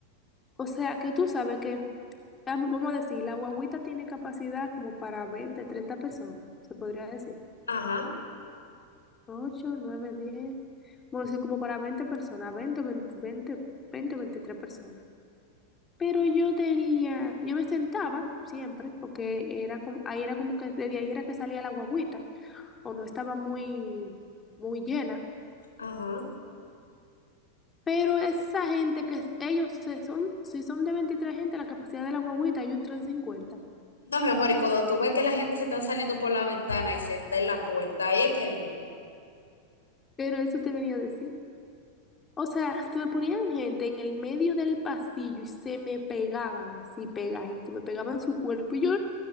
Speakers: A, on the left (about 20°); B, on the left (about 75°).
A: o sea, que tú sabes que, ah, vamos a decir, la guaguita tiene capacidad como para 20 30 personas, se podría decir.
B: Ajá,
A: ocho 9 diez bueno, sí, como para 20 personas, 20 20 20 20 o 23 personas. Pero yo tenía, yo me sentaba siempre, porque era como, ahí era como que, desde ahí era que salía la guaguita o no estaba muy, muy llena,
B: ajá.
A: Pero esa gente que es- ellos se son, si son de 23 gente, la capacidad de la guagüita, yo entro en cincuenta
B: No, mi amor, y cuando tú ves que la gente se está saliendo por la ventana y se está en la puerta, ahí es que lindo.
A: Pero eso te venía a decir. O sea, se me ponían gente en el medio del pasillo y se me pegaban así, pegadito, me pegaban su cuerpo y yo,